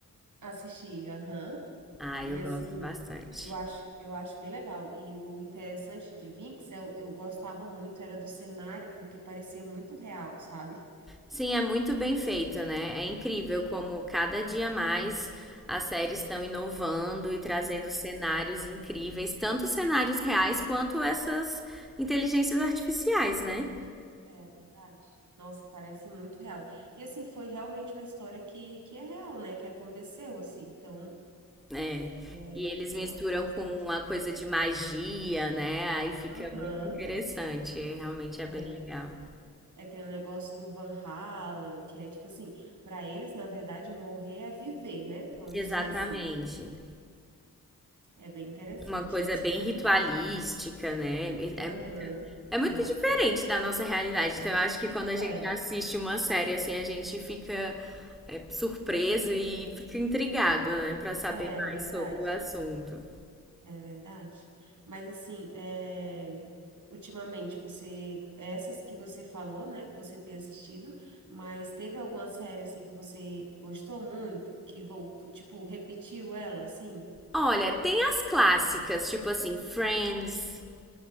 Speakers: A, on the right; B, in the centre.
A: assisti, aham,
B: Ah,
A: e,
B: eu gosto
A: assim,
B: bastante.
A: eu acho, eu acho bem legal, e o interessante de Vinx, eu, eu gostava muito, era do cenário, porque parecia muito real, sabe?
B: Sim, é muito bem feito, né? É incrível como cada dia mais as séries estão inovando e trazendo cenários incríveis, tanto cenários reais quanto essas inteligências artificiais, né?
A: É verdade. Nossa, parece muito real. E assim, foi realmente uma história que, que é real, né? Que aconteceu, assim. Então,
B: É.
A: é,
B: E eles
A: eu
B: misturam
A: gosto bastante.
B: com uma coisa de magia, né? Aí fica
A: Aham,
B: muito interessante. Realmente é
A: é.
B: bem legal.
A: É, tem o negócio do Van Halen, que é tipo assim, para eles, na verdade, morrer é viver, né? <laughs> Vamos
B: Exatamente.
A: dizer assim. É bem interessante
B: uma coisa
A: isso.
B: bem ritualística, né?
A: Aham,
B: É muito, é muito
A: é.
B: diferente da nossa realidade. Então, eu acho que quando a gente
A: É,
B: assiste uma série assim, a gente fica é, surpreso e fica intrigado, né, Pra saber
A: é
B: mais
A: verdade.
B: sobre o assunto.
A: É verdade. Mas assim, é, ultimamente você, essas que você falou, né, que você tem assistido, mas teve alguma série assim que você gostou muito, que voltou, tipo, repetiu ela, assim?
B: Olha, tem as clássicas, tipo assim, Friends,